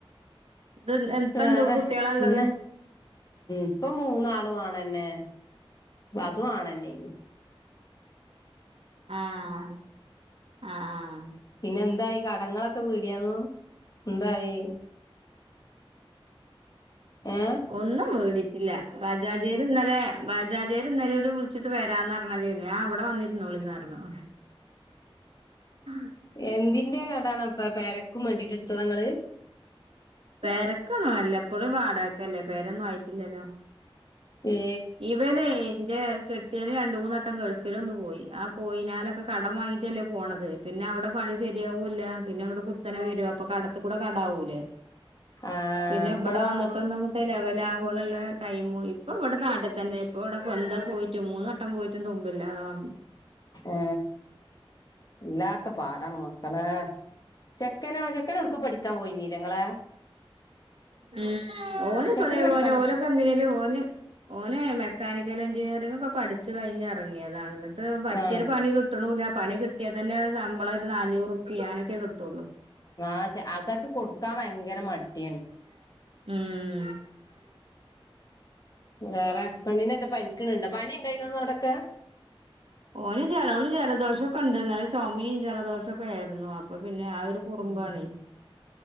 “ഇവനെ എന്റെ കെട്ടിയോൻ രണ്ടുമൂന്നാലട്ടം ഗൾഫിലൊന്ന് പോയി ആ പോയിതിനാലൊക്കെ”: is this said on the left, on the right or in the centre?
Right